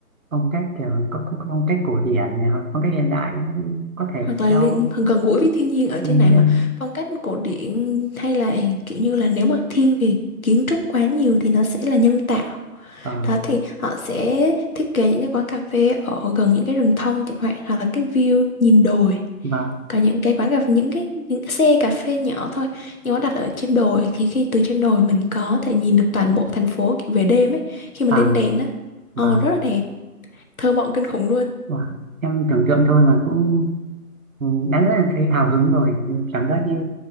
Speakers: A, on the right; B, on the left.
A: phong cách kiểu có, có, có phong cách cổ điển này hoặc phong cách hiện đại cũng có thể
B: hoặc là
A: theo
B: liên- gần gũi với thiên nhiên ở trên
A: thiên
B: này
A: nhiên
B: mà phong cách cổ điển hay là kiểu như là nếu mà thiên về kiến trúc quá nhiều thì nó sẽ là nhân tạo
A: và
B: Đó thì họ sẽ thiết kế những cái quán cà phê ở gần những cái rừng thông chẳng hạn hoặc là cái view nhìn đồi.
A: và
B: Còn những cái quán cà phê, những cái những cái xe cà phê nhỏ thôi nhưng nó đặt ở trên đồi thì khi từ trên đồi mình có thể nhìn được toàn bộ thành phố kiểu về đêm ấy khi mà
A: và
B: lên đèn á ồ
A: và,
B: rất là đẹp thơ mộng kinh khủng luôn
A: và em tưởng tượng thôi mà cũng ừ, đã rất là thấy hào hứng rồi cảm giác như